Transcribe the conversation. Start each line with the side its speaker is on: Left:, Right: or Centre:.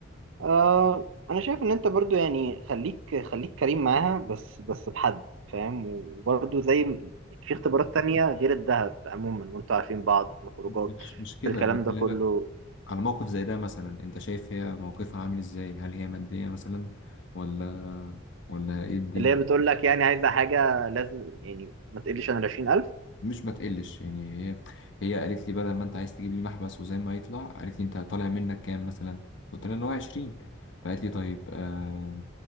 Right: آه انا شايف ان انت برضو يعني خليك خليك كريم معاها بس بس بحد فاهم وبرضو زي م- في اختبارات تانية غير الذهب عموما وانتوا عارفين بعض في الخروجات
Left: مش مش كده
Right: في الكلام
Left: انا بكلمك
Right: ده كله
Left: على موقف زي ده مثلا انت شايف هي موقفها عامل ازاي هل هي مادية مثلا ولا ولا ايه الدنيا
Right: اللي هي بتقول لك يعني عايزه حاجه لازم يعني ما تقلش عن 20000
Left: مش ما تقلش يعني هي هي قالت لي بدل ما انت عايز تجيب لي محبس وزي ما يطلع قالت لي انت طالع منك كام مثلا قلت لها ان هو 20 فقالت لي طيب آه